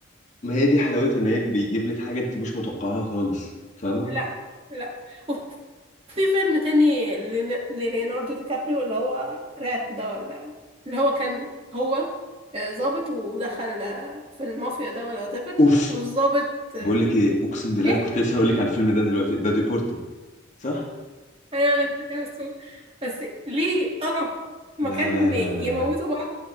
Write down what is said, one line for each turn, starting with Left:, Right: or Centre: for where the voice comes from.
Left: ما هي دي حلاوتها ان هي بيجيب لك حاجة انت مش متوقعها خالص فاهمة؟
Right: لا لا وفي فيلم تاني لن- لليوناردو دي كابريو اللي هو رات ده ولا اللي هو كان هو آه، ظابط ودخل آه، في المافيا ده ولا whatever
Left: اوف
Right: والظابط آه،
Left: بقول لك ايه اقسم بالله
Right: ايه
Left: كنت لسه هقول لك على الفيلم ده دلوقتي ده ديبورتد صح؟
Right: ايوه انا مش فاكرة اسمه بس ليه قرف مكان
Left: لا لا لا
Right: يموتوا
Left: لا لا.
Right: بعض